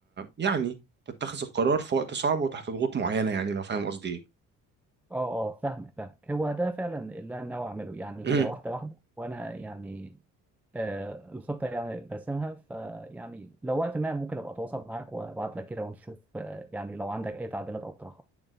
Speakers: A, on the right; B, in the centre.
A: يعني تتخذ القرار في وقت صعب وتحت ضغوط معينة يعني لو فاهم قصدي
B: اه اه فاهم فاهم هو ده فعلا اللي انا ناوي اعمله يعني
A: إيه
B: هي
A: مم.
B: واحده واحده وانا يعني آه الخطه يعني برسمها فيعني لو وقت ما ممكن ابقى اتواصل معاك وابعت لك كده ونشوف آه يعني لو عندك اي تعديلات او اقتراحات